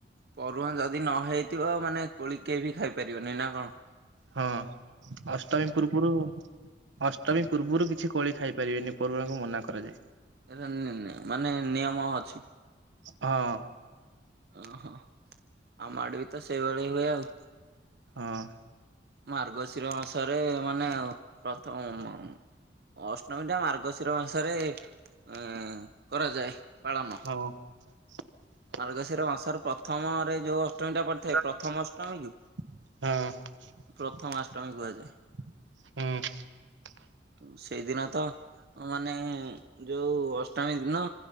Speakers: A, on the right (about 55°); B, on the right (about 85°).
A: ପରୁଆଁ ଯଦି ନ ହେଇଥିବ ମାନେ କୋଳି କେ ବି ଖାଇପାରିବନି ନା କଣ।
B: ହଁ ଅଷ୍ଟମୀ ପୂର୍ବରୁ ଅଷ୍ଟମୀ ପୂର୍ବରୁ କିଛି କୋଳି ଖାଇ ପାରିବେନି ପରୁଅଁ ଙ୍କୁ ମନା କରାଯାଏ।
A: ଏର ନେ ନେ ମାନେ ନିୟମ ଅଛି।
B: ହଁ।
A: ଓ ହୋ ଆମାଡ ବି ତ ସେଇଭଳି ହୁଏ ଆଉ।
B: ହଁ।
A: ମାର୍ଗଶିର ମାସରେ ମାନେ ପ୍ରଥମ ମ ଅଷ୍ଟମୀ ଟା ମାର୍ଗଶିର ମାସରେ ଉ କରାଯାଏ ପାଳନ।
B: ହଁ ହଁ <unintelligible>
A: ମାର୍ଗଶିର ମାସର ପ୍ରଥମରେ ଯୋଉ ଅଷ୍ଟମୀ ଟା ପଡିଥାଏ ପ୍ରଥମ ଅଷ୍ଟମୀ କି
B: ହଁ
A: ପ୍ରଥମାଷ୍ଟମୀ କୁହାଯାଏ।
B: ହୁଁ।
A: ସେଇଦିନ ତ ମାନେ ଯୋଉ ଅଷ୍ଟମୀ ଦିନ।